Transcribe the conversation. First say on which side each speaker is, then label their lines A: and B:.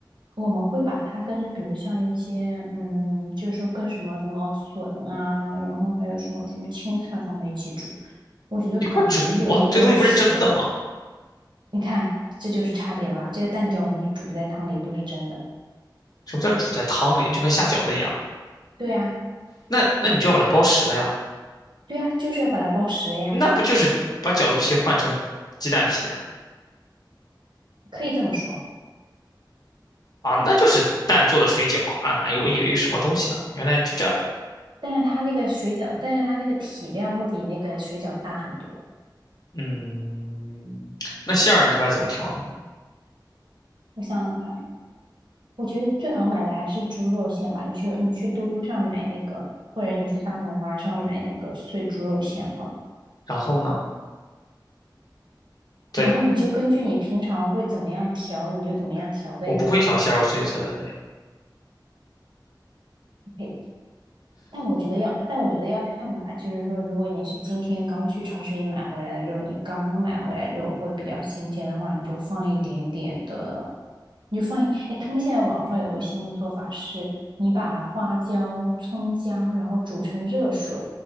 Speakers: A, on the right; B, on the left.
A: 我们会把它跟比如像一些嗯，就是说跟什么什么笋啊，然后还有什么什么青菜放在一起煮，我觉得搞鱼有一点点奇怪。
B: 一块儿煮啊这东西不是蒸的吗？
A: 你看，这就是差别了吧？这个蛋饺我们是煮在汤里，不是蒸的。
B: 什么叫煮在汤里？就跟下饺子一样。
A: 对呀，
B: 那那你就要把它包实了呀。
A: 对呀，就是要把它包实了呀，
B: 那不就是把饺子皮换成鸡蛋皮
A: 可以这么说。
B: 啊？那就是蛋做的水饺啊！哪有我以为有什么东西呢，原来就这。
A: 但是它那个水饺，但是它那个体量会比那个水饺大很多。
B: 嗯，那馅儿你一般怎么调呢？
A: 我想想看。我觉得最好买的还是猪肉馅吧。你去你去嘟嘟上买那个，或者你去大统华上买那个碎猪肉馅好了。
B: 然后呢？对，
A: 然后你就根据你平常会怎么样调，你就怎么样调呗。
B: 我不会调馅儿，所以才问的呀。
A: OK，但我觉得要，但我觉得要看吧。就是说，如果你是今天刚去超市里买回来的肉，你刚买回来的肉会比较新鲜的话，你就放一点点的，你就放一。哎，他们现在网上有个新的做法是，你把花椒、葱姜，然后煮成热水。